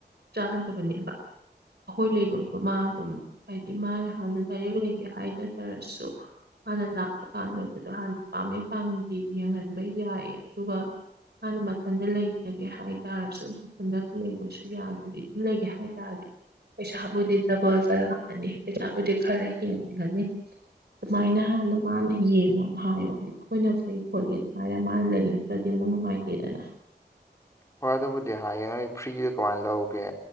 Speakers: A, on the right; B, on the left.
A: ꯆ ꯅꯤꯕ ꯑꯩꯈꯣꯏ ꯂꯩꯐꯝꯗ ꯃꯥ ꯑꯗꯨꯝ ꯍꯥꯏꯗꯤ ꯃꯥꯅ ꯍꯥꯟꯅ ꯂꯗꯥꯥꯏꯔꯛ ꯂꯩꯒꯦ ꯍꯥꯏꯅꯖꯔꯁꯨ ꯍꯥꯟꯅ ꯂꯥꯛꯄ ꯀꯥꯟꯗ ꯑꯗꯨꯗ ꯍꯥꯟꯅ ꯄꯥꯝꯃꯦ ꯄꯥꯝꯗꯤ ꯌꯦꯡꯍꯟꯕ ꯌꯥꯏ ꯑꯗꯨꯒ ꯃꯥꯥꯟꯅ ꯃꯊꯟꯗ ꯂꯩꯖꯒꯦ ꯍꯥꯏꯇꯥꯔꯁꯨ ꯃꯊꯟꯗ ꯂꯩꯕꯁꯨ ꯌꯥꯗꯗꯤ ꯂꯩꯒꯦ ꯍꯥꯏꯇꯥꯔꯗꯤ ꯄꯩꯁꯥꯕꯨꯗꯤꯗꯕꯜꯗꯂꯅꯤ ꯄꯩꯁꯥꯕꯨꯗꯤ ꯈꯔꯦ ꯍꯈꯤ ꯍꯥꯏꯅꯤ ꯈꯅꯤ ꯑꯗꯨꯃꯥꯏꯅ ꯍꯥꯟꯅ ꯃꯥꯅ ꯌꯦꯡꯉꯣꯅ ꯍꯥꯏꯌꯣ ꯍꯥꯏꯗꯤ ꯑꯩꯈꯣꯏꯅ ꯐꯩ ꯈꯣꯠꯂꯦꯅ ꯍꯥꯏꯔ ꯃꯥꯅ ꯂꯩꯔꯤ ꯗꯤ ꯃꯨꯅ ꯍꯥꯌꯦꯗꯅ
B: ꯍꯣꯏ ꯑꯗꯨꯕꯨꯗꯤ ꯍꯥꯏꯌꯦ ꯅꯣꯏ ꯐ꯭ꯔꯤꯗ ꯀꯃꯥꯏꯅ ꯂꯧꯒꯦ